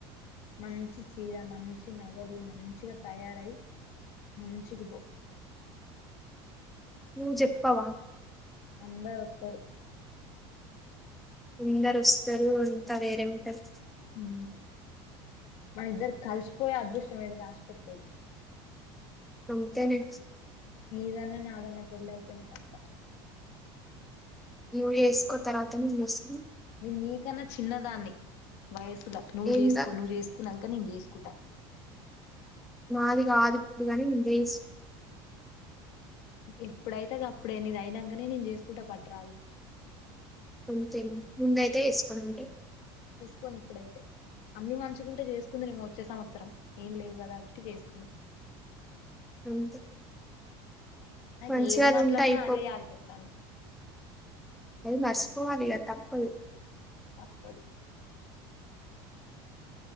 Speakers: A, on the left; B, in the centre.
A: మంచి చీర మంచి నగలు మంచిగా తయారై మంచిగ పో
B: నువ్ చెప్పవా
A: అందరొత్తారు
B: అందరు వస్తారు అంత వేరే ఉంటాది
A: ఉ మన ఇద్దకి కలిసిపోయే అదృష్టం ఏది రాసిపెట్టలేదు
B: అంతేనే
A: నీదన్న నాదన్న పెళ్ళ అయితేనే తప్ప
B: నువ్ చేసుకో తర్వాత నేను చేసుకుంట
A: నీకన్నా చిన్నదాన్ని వయసు ల నువ్వు
B: ఏం
A: చేసుకో
B: కాదు
A: నువ్ చేసుకునంక క్క నేను చేసుకుంటా
B: మాదిగాదు ఇప్పుడు గని వేస్ట్
A: ఏప్పుడైతే గప్పుడే నిది అయినాకనే నేను చేసుకుంట పట్టరాదు
B: అంతే ముందయితే చేసుకొనంటివ్
A: కొను ఇప్పుడైతే అన్ని మంచిగుంటే చేసుకుందునేమో వచ్చే సంవత్సరం ఏం లేవు కదా అటీకీ చేసుకోను
B: అంతే
A: నాకు
B: మంచిగా
A: ఏది
B: అది
A: మాట్లాడినా
B: ఉంటే అయిపో
A: అదే యాదికొత్తాంది
B: అది మరిచిపోవలిగ తప్పదు
A: తప్పదు